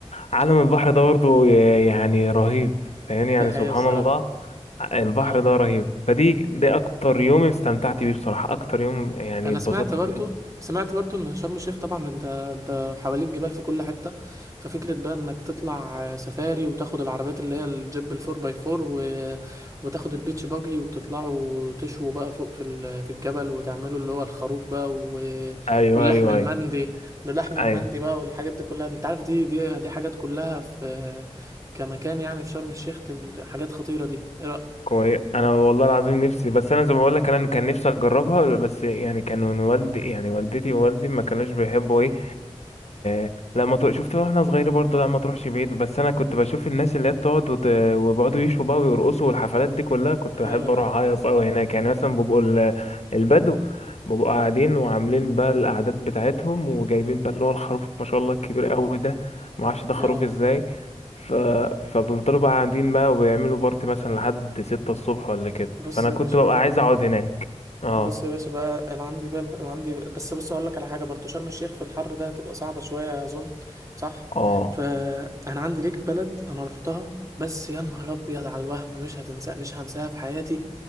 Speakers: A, on the left; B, on the right.
A: عالم البحر ده برضو ي- يعني رهيب فاهمني
B: دي
A: يعني
B: حقيقة
A: سبحان
B: الصراحة
A: الله البحر
B: اه
A: ده رهيب فدي ده اكتر يوم استمتعت بيه بصراحة اكتر يوم يعني
B: انا
A: اتبسطت
B: سمعت برضو
A: فيه
B: سمعت برضو ان شرم الشيخ طبعا انت انت حواليك جبال في كل حته ففكره بقى انك تطلع سفاري وتاخد العربيات اللي هي الجيب الفور باي فور و... وتاخد البيتش باجي وتطلعوا تشووا بقى فوق في ال... في الجبل وتعملوا اللي هو الخروف بقى و...
A: ايوه
B: واللحم
A: ايوه
B: المندي
A: ايوه
B: اللحم المندي
A: ايوه
B: بقى والحاجات دي كلها انت عارف دي دي دي حاجات كلها في كمكان يعني في شرم الشيخ حاجات خطيره دي ايه رايك
A: كويس انا والله العظيم نفسي بس انا زي ما بقول لك انا كان نفسي اجربها بس يعني كانوا والدي يعني والدتي ووالدي ما كانوش بيحبوا ايه ي- لا ما تروح- شفت واحنا صغيرين برضه لا ما تروحش بعيد بس انا كنت بشوف الناس اللي هي بتقعد وت... وبيقعدوا يشوا بقى ويرقصوا والحفلات دي كلها كنت
B: حلو
A: بحب اروح
B: ده
A: اهيص قوي هناك يعني مثلا بيبقوا ال- البدو بيبقوا قاعدين وعاملين بقى القعدات بتاعتهم وجايبين بقى اللي هو الخروف ما شاء الله الكبير قوي ده ما اعرفش ده خروف
B: اه
A: ازاي ف... فبيفضلوا بقى قاعدين بقى وبيعملوا بارتي مثلا لحد ستة الصبح ولا كده
B: بص
A: فأنا
B: يا
A: كنت
B: باشا
A: ببقى
B: بقى
A: عايز أقعد هناك اه
B: بص يا باشا بقى انا عندي بقى عندي بس بص اقول لك على حاجه برضو شرم الشيخ في الحر ده هتبقى صعبه شويه اظن صح
A: اه
B: فانا عندي ليك بلد انا رحتها بس يا نهار ابيض على الوهم مش هتنسى مش هنساها في حياتي